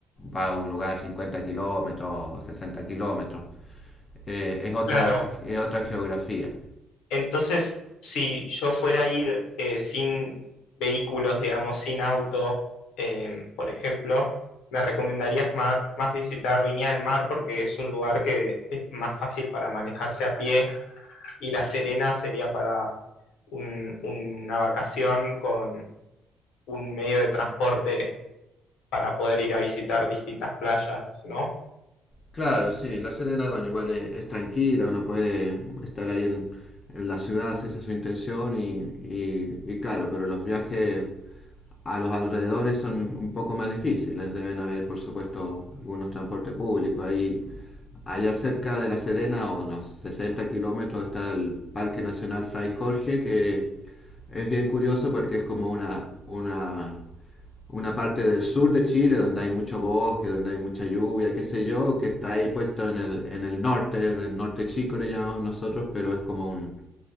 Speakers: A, on the left (about 35°); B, on the left (about 85°).
A: va a un lugar 50 kilómetros, 60 kilómetros. Eh, es, otra,
B: Claro,
A: es otra geografía.
B: Entonces, si yo fuera a ir eh, sin vehículos, digamos, sin auto, em, por ejemplo, me recomendarías ma- más visitar Viña del Mar porque es un lugar que es más fácil para manejarse a pie y La Serena sería para un- una vacación con un medio de transporte para poder ir a visitar distintas playas, ¿no?
A: Claro, sí, La Serena, bueno, igual es, es tranquila, uno puede estar ahí en, en la ciudad si esa es su intención y, y- y claro, pero los viajes a los alrededores son un poco más difíciles, deben haber por supuesto algunos transportes públicos ahí. Allá cerca de La Serena, a unos 60 kilómetros, está el Parque Nacional Fray Jorge, que es bien curioso porque es como una, una una parte del sur de Chile donde hay mucho bosque, donde hay mucha lluvia, qué sé yo, que está ahí puesto en el, en el norte, en el norte chico le llamamos nosotros, pero es como un,